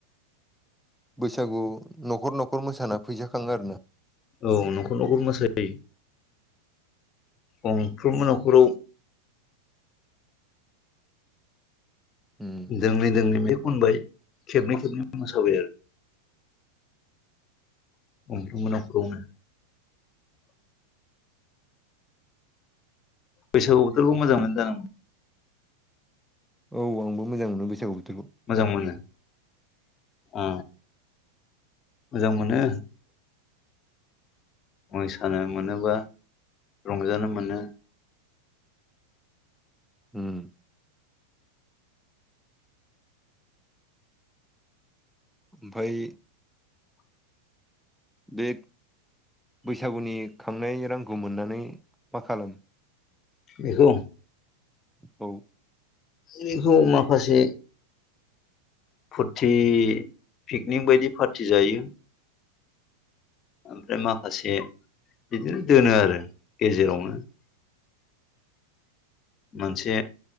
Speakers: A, in the centre; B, on the left.
A: बैसागु नखर नखर मोसाना फैसा खाङो आरोना
B: औ नखर नखर मोसायो गंफ्रोमबो नखराव
A: उम
B: दोंनै दोंनै बे खनबाय खेबनै खेबनै मोसाबाय आरो गंफ्रोमबो नखरावनो बैसागु बोथोरबो मोजां मोनो जानांगौ
A: औ आंबो मोजां मोनो बैसागु बोथोरखौ
B: मोजां मोनो अ मोजां मोनो मोसानो मोनोबा रंजानो मोनो
A: ओम ओमफाय बे बैसागुनि खांनाय रांखौ मोननानै मा खालामो
B: बेखौ
A: औ
B: बेखौ माखासे फुरथि पिकनिक बायदि पारटि जायो आमफ्राय माखासे बिदिनो दोनो आरो गेजेरावनो मोनसे